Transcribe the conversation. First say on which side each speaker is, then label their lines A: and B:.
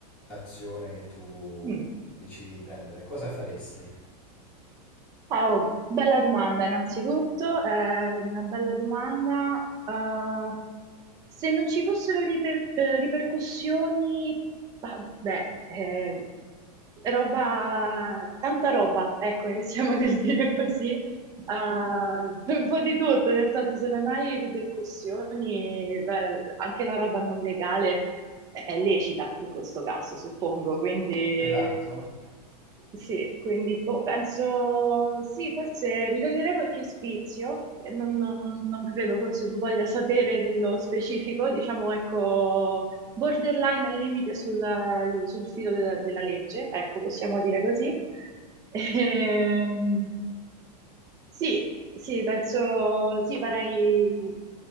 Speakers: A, in the centre; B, on the right.
A: azione che tu
B: Mm.
A: decidi di prendere, cosa faresti?
B: Ah, oh, bella domanda, innanzitutto, è una bella domanda. Eh, se non ci fossero riper- eh, ripercussioni, vabbè, eh, roba, tanta roba, ecco, iniziamo <laughs> nel dire così. Eh, <laughs> un po' di tutto, nel senso se non hai ripercussioni, beh, anche la roba non legale è è lecita in questo caso, suppongo, quindi
A: Esatto.
B: sì, quindi boh, penso sì, forse mi toglierei qualche spizio, e non, non- non credo forse tu voglia sapere nello specifico, diciamo ecco, borderline al limite sulla- sul filo della, della legge, ecco, possiamo dire così. Ehm, sì, sì, penso, sì, farei,